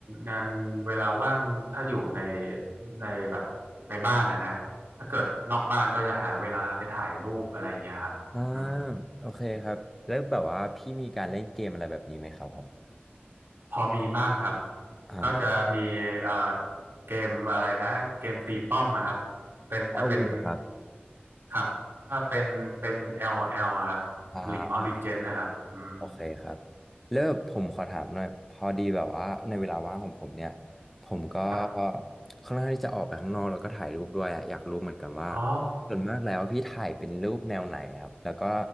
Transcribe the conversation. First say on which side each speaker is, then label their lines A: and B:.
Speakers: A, on the right (about 70°); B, in the centre.
A: งานเวลาว่างถ้าอยู่ในในแบบในบ้านนะนะถ้าเกิดนอกบ้านก็จะหาเวลาไปถ่ายรูปอะไรอย่างเงี้ยครับอืม
B: อ่าโอเคครับแล้วแบบว่าพี่มีการเล่นเกมอะไรแบบนี้ไหมครับผม
A: พอมีบ้างครับ
B: อ่า
A: ก็จะมีเอ่อเกมอะไรนะ เกมตีป้อมอะครับ เป็นแต่เป็น
B: เอาวีเหรอครับ
A: ครับถ้าเป็นเป็น l l อแอลอะครับ
B: อ่า
A: League of Legends นะครับอืม
B: โอเคครับเลิกผมขอถามหน่อยพอดีแบบว่าในเวลาว่างของผมเนี่ยผมก็
A: ครับ
B: ค่อนข้างที่จะออกไปข้างนอกแล้วก็ถ่ายรูปด้วยอะอยากรู้เหมือนกันว่า
A: อ๋อ
B: ส่วนมากแล้วพี่ถ่ายเป็นรูปแนวไหนครับแล้วก็